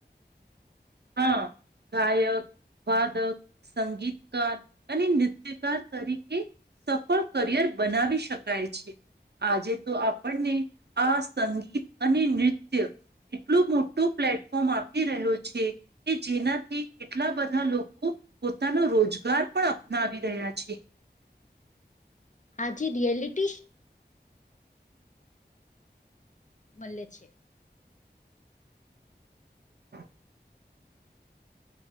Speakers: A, on the right (about 65°); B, on the left (about 45°).
A: હા ગાયક. વાદક સંગીતકાર અને નૃત્યકાર તરીકે સફળ કરિયર બનાવી શકાય છે. આજે તો આપણને આ સંગીત અને નૃત્ય એટલું મોટું પ્લેટફોર્મ આપી રહ્યો છે. કે જેનાથી એટલા બધા લોકો પોતાનો રોજગાર પણ અપનાવી રહ્યા છે.
B: આજે રિયાલિટી. <inaudible> મળ્ય છે
A: હા <unintelligible>